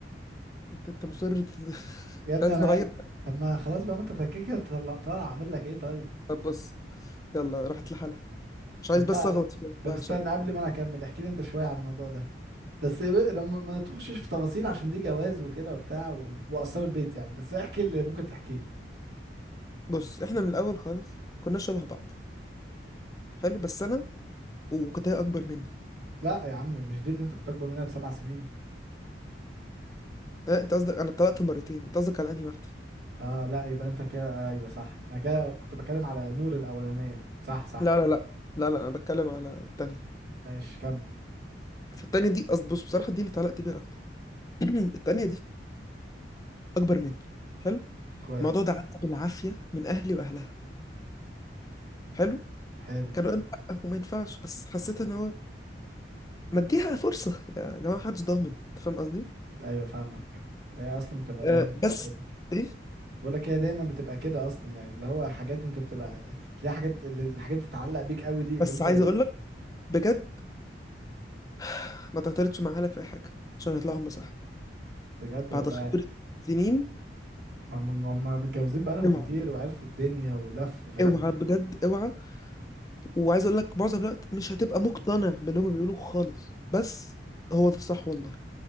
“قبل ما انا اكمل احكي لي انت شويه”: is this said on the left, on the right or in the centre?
Right